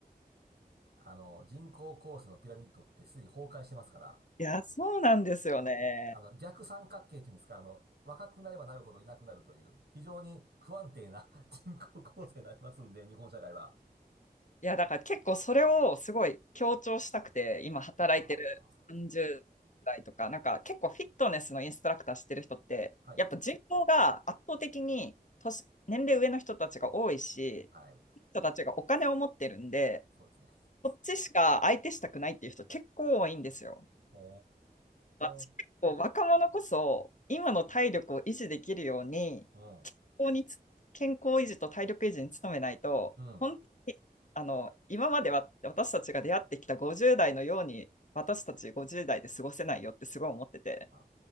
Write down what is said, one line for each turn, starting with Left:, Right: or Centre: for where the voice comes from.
Right: あの、人工構成のピラミッドってすでに崩壊してますから、
Left: いや、そうなんですよね。
Right: あの、逆三角形っていうんですか、あの、若くなればなるほどいなくなるという、非常に不安定な <laughs> 人口構成になりますんで、日本社会は。
Left: いや、だから結構それをすごい強調したくて、今働いてる30代とか、
Right: あ
Left: なんか結構フィットネスのインストラクターしてる人って、
Right: あ、はい、
Left: やっぱ人口が圧倒的に年、年齢上の人たちが多いし、
Right: はい、
Left: 人たちがお金を持ってるんで、
Right: そうですね。
Left: こっちしか相手したくないっていう人結構多いんですよ。
Right: お
Left: 私結構若者こそ今の体力を維持できるように健康につ健康維持と体力維持に努めないと本当にあの今までは私たちが出会ってきた50代のように私たち50代で過ごせないよってすごい思ってて
Right: ー、うん、うん。あ